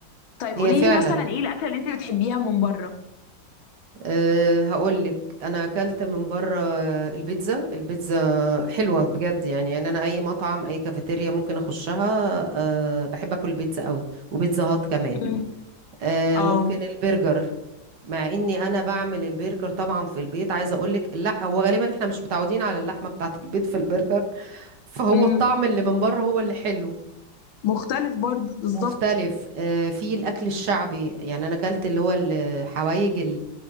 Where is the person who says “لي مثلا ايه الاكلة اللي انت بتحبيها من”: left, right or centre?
Left